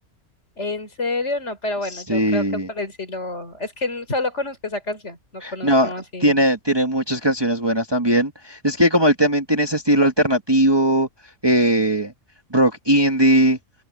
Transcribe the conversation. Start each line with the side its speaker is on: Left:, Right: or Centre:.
Left: En serio, no, pero bueno,
Right: Sí,
Left: yo creo que por el sí lo... Es que n- solo conozco esa canción, no conozco
Right: no,
Left: así
Right: tiene, tiene muchas canciones buenas también. Es que como él también tiene ese estilo alternativo, eh, rock indie.